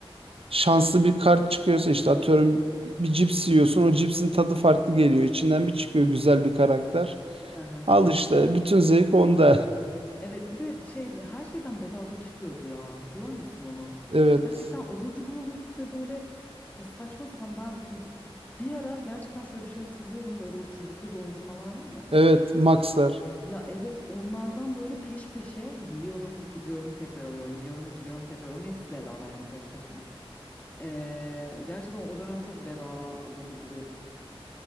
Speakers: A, on the right (about 70°); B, on the left (about 15°).
A: şanslı bir kart çıkıyorsa işte atıyorum bir cips yiyorsun o cipsin tadı farklı geliyor. İçinden bir çıkıyor güzel bir karakter.
B: Hı hı.
A: Al işte bütün zevk onda.
B: Evet bir de şey her şeyden bedava çıkıyordu ya hatırlar mısın onu?
A: <laughs> Evet.
B: Gerçekten abur cubur alıyorduk ve böyle ya saçma sapan ben bir ara gerçekten şöyle bir şey hatırlıyorum. Böyle o çubuklu dondurmalar var ya.
A: Evet Maxlar.
B: Ya evet onlardan böyle peş peşe yiyorum gidiyorum tekrar alıyorum yiyorum gidiyorum tekrar alıyorum hepsi bedava yani peş peşe. Ee, gerçekten o dönem çok bedava abur cubur yedim.